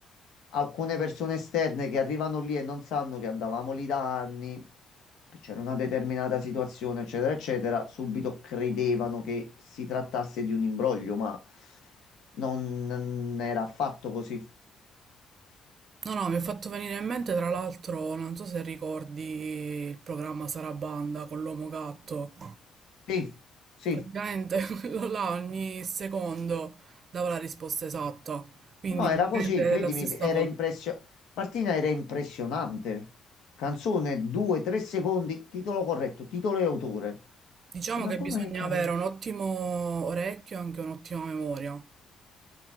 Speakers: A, on the left; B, on the right.
A: alcune persone esterne che arrivano lì e non sanno che andavamo lì da anni, che c'era una determinata situazione, eccetera, eccetera, subito credevano che si trattasse di un imbroglio, ma non era affatto così.
B: No, no, mi è fatto venire in mente tra l'altro, non so se ricordi il programma Sarabanda con l'Uomo Gatto.
A: Sì, sì.
B: Praticamente <laughs> quello là ogni secondo dava la risposta esatta, quindi
A: No,
B: praticamente
A: era così,
B: è
A: credimi,
B: la stessa
A: era
B: cosa.
A: impressionante. Martina era impressionante. Canzone, due, tre secondi, titolo corretto, titolo e autore.
B: Diciamo
A: E ma
B: che
A: come
B: bisogna
A: cavolo?
B: avere un ottimo orecchio e anche un'ottima memoria,